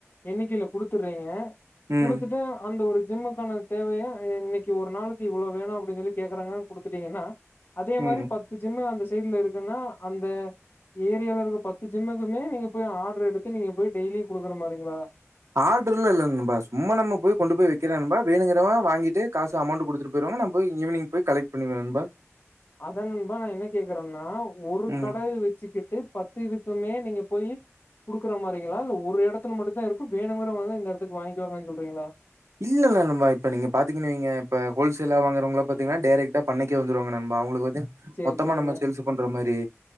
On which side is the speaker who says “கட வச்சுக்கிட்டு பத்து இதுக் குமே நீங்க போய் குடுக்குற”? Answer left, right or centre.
Left